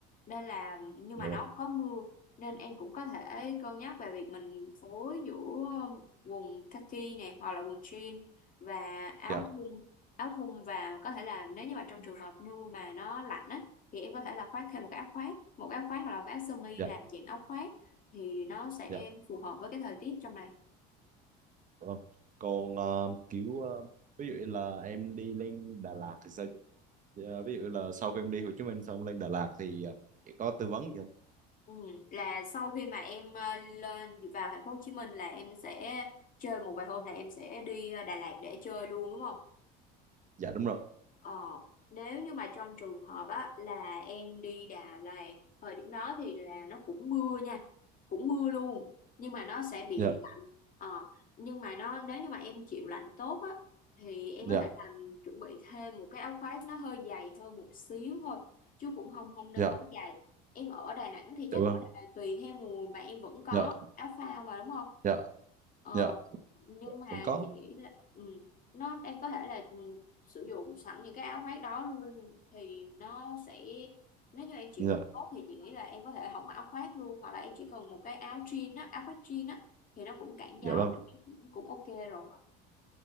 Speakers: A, on the left (about 40°); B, on the right (about 35°).
A: nên là nhưng
B: dạ
A: mà nó
B: rồi,
A: có mưa nên em cũng có thể cân nhắc về việc mình phối giữa quần kaki này hoặc là quần jean và áo
B: dạ,
A: thun áo thun và có thể là nếu như mà trong trường hợp mưa mà nó lạnh ấy thì em có thể là khoác thêm một cái áo khoác một cái áo khoác hoặc là một cái áo sơ mi
B: dạ,
A: làm dạng áo khoác thì nó sẽ
B: dạ.
A: phù hợp với cái thời tiết trong này
B: Vâng. Còn ờ, kiểu ờ, ví dụ như là em đi lên Đà Lạt thì sao? chị? Dạ, ví dụ là sau khi em đi Hồ Chí Minh xong lên Đà Lạt thì ờ, chị có tư vấn gì không?
A: Ừ, là sau khi mà em ờ, lên vào thành phố Hồ Chí Minh là em sẽ chơi một vài hôm là em sẽ đi ờ, Đà Lạt để chơi luôn đúng không?
B: Dạ đúng rồi.
A: Ờ, nếu như mà trong trường hợp á là em đi Đà Lạt thời điểm đó thì là nó cũng mưa nha cũng mưa luôn nhưng mà nó sẽ bị
B: Dạ,
A: lạnh ờ, nhưng mà nó nếu như mà em chịu lạnh tốt á thì em
B: dạ,
A: có thể làm chuẩn bị thêm một cái áo khoác nó hơi dày hơn một xíu thôi chứ cũng không không nên
B: dạ,
A: quá dày em ở Đà Nẵng thì
B: dạ
A: chắc
B: vâng,
A: là tùy theo mùa mà em vẫn có
B: dạ,
A: áo phao mà đúng không
B: dạ.
A: Ờ,
B: dạ
A: nhưng mà
B: vẫn có
A: chị nghĩ là ừ, nó em có thể là ừ, sử dụng sẵn những cái áo khoác đó luôn thì nó sẽ nếu như em chịu
B: dạ
A: làm tốt thì chị nghĩ là em có thể hỏng áo khoác luôn hoặc là em chỉ cần một cái áo jean á áo khoác jean á thì nó cũng cản gió
B: dạ vâng
A: cũng, cũng ok rồi